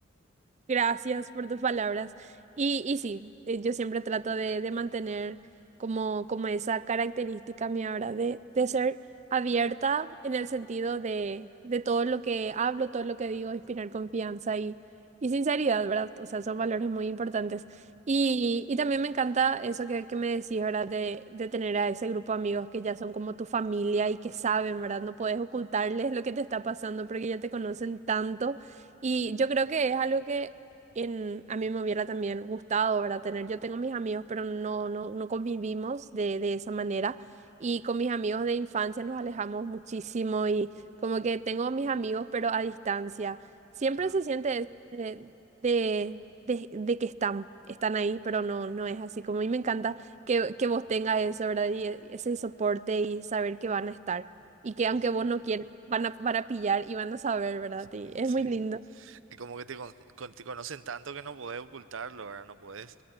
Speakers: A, on the right; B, on the right.
A: Gracias por tus palabras. Y, y sí, eh, yo siempre trato de, de mantener como, como esa característica mía ahora de, de ser abierta en el sentido de, de todo lo que hablo, todo lo que digo, inspirar confianza y, y sinceridad, ¿verdad? O sea, son valores muy importantes. Y, y también me encanta eso que, que me decís, ¿verdad? De, de tener a ese grupo de amigos que ya son como tu familia y que saben, ¿verdad? No puedes ocultarles lo que te está pasando porque ya te conocen tanto y yo creo que es algo que en, a mí me hubiera también gustado, ¿verdad? Tener. Yo tengo mis amigos, pero no, no, no convivimos de, de esa manera. Y con mis amigos de infancia nos alejamos muchísimo y como que tengo mis amigos, pero a distancia. Siempre
B: Claro,
A: se siente es- de, de, de- de que están, están ahí, pero no, no es así. Como a mí me encanta que, que vos tengas eso, ¿verdad? Y e- ese soporte y saber que van a estar. Y que
B: exacto.
A: aunque vos no quieras, van a, van a pillar y van a saber, ¿verdad?
B: <laughs>
A: Y es
B: Sí.
A: muy lindo.
B: Y como que te, con- con- te conocen tanto que no podés ocultarlo, ¿verdad? No podés.